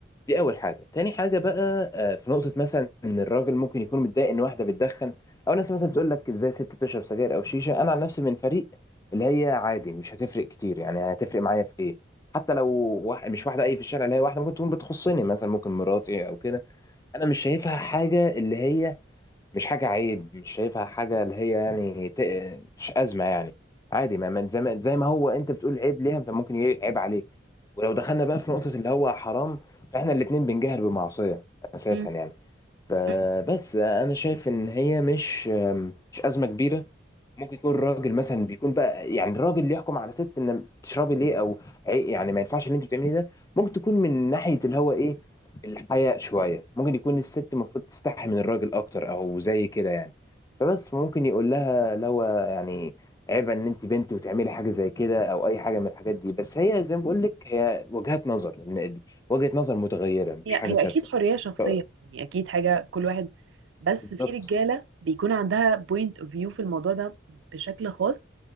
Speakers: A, on the left (about 20°); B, on the right (about 80°).
A: دي اول حاجه تاني حاجه بقى آه، في نقطه مثلا ان الراجل ممكن يكون متضايق ان واحده بتدخن او ناس مثلا بتقول لك ازاي ست تشرب سجاير او شيشه انا عن نفسي من فريق اللي هي عادي مش هتفرق كتير يعني هتفرق معايا في ايه حتى لو واحد مش واحده اي في الشارع اللي هي واحده ممكن تكون بتخصني مثلا ممكن مراتي او كده انا مش شايفها حاجه اللي هي مش حاجة عيب مش شايفها حاجة اللي هي يعني ت... مش أزمة يعني عادي ما ما- زي ما زي ما هو أنت بتقول عيب ليها طب ممكن ي- عيب عليك ولو دخلنا بقى في نقطة اللي هو حرام فإحنا الاتنين بنجهل بمعصية أساسا
B: مم.
A: يعني فبس
B: مم.
A: أنا شايف إن هي مش مش أزمة كبيرة ممكن يكون راجل مثلا بيكون بقى يعني الراجل اللي يحكم على ست ان تشربي ليه او عي- يعني ما ينفعش اللي انت بتعمليه ده ممكن تكون من ناحيه اللي هو ايه الحياء شويه ممكن يكون الست المفروض تستحي من الراجل اكتر او زي كده يعني فبس فممكن يقول لها لو يعني عيب ان انت بنت وتعملي حاجه زي كده او اي حاجه من الحاجات دي بس هي زي ما بقول لك هي وجهات نظر إن- وجهه نظر متغيره مفيش
B: هي
A: حاجه
B: هي
A: ثابته
B: اكيد حريه شخصيه
A: ف-
B: يعني اكيد حاجه كل واحد بس
A: بالظبط
B: في رجاله بيكون عندها بوينت اوف فيو في الموضوع ده بشكل خاص